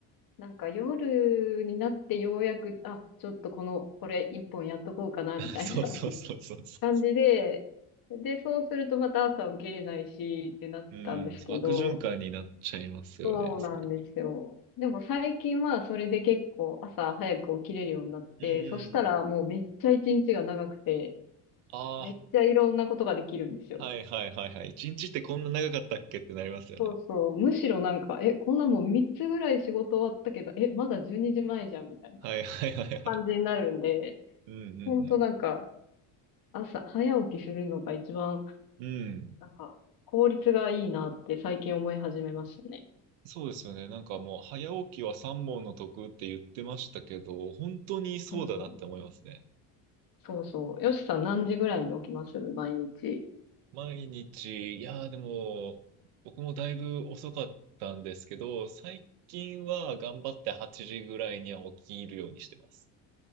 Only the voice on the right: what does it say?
<laughs>
そうそうそうそうそう。
うん、そう悪循環になっちゃいますよね、
それが。
うんうんうん。
あ
あ、はいはいはいはい。一日ってこんな長かったっけってなりますよね。
はいはいはいはい。
うんうん
うん。うん。
そうですよね。なんかもう、早起きは三問の得って言ってましたけど、本当にそうだなって思いますね。
毎日、いやーでも、僕もだいぶ遅かったんですけど、最近は頑張って8時ぐらいには起きるようにしてます。